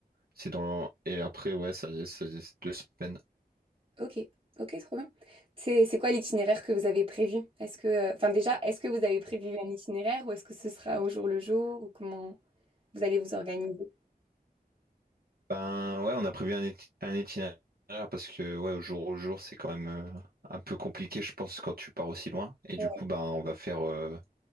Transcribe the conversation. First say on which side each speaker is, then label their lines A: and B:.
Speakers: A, on the right; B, on the right.
A: c'est dans... Et après, ouais, ça ça c'est deux semaines.
B: Ok, ok, trop bien. C'est c'est quoi l'itinéraire que vous avez prévu? Est-ce que, euh, enfin déjà, est-ce que vous avez prévu un itinéraire ou est-ce que ce sera au jour le jour ou comment vous allez vous organiser?
A: Ben, ouais, on a prévu un, iti- un itinéraire parce que, ouais, au jour au jour, c'est quand même euh, un peu compliqué, je pense, quand tu pars aussi loin. Et
B: Ouais,
A: du coup, ben, on va faire... euh,